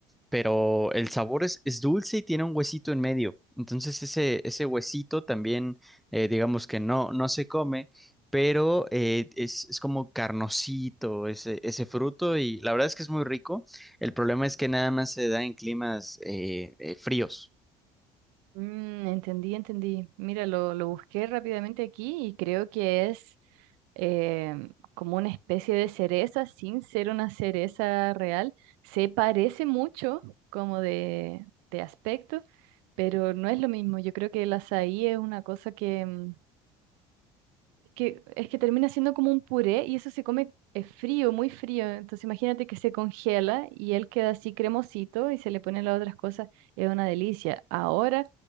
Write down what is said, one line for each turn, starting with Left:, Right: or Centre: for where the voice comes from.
Centre: pero el sabor es, es dulce y tiene un huesito en medio. Entonces ese, ese huesito también, eh, digamos que no, no se come, pero eh, es, es como carnosito ese, ese fruto y la verdad es que es muy rico. El problema es que nada más se da en climas eh, eh, fríos.
Right: Mm, entendí, entendí. Mira, lo, lo busqué rápidamente aquí y creo que es em, como una especie de cereza sin ser una cereza real. Se parece mucho como de, de aspecto, pero no es lo mismo. Yo creo que el azaí es una cosa que, mm, que, es que termina siendo como un puré y eso se come eh, frío, muy frío. Entonces imagínate que se congela y él queda así cremosito y se le ponen las otras cosas. Es una delicia. Ahora,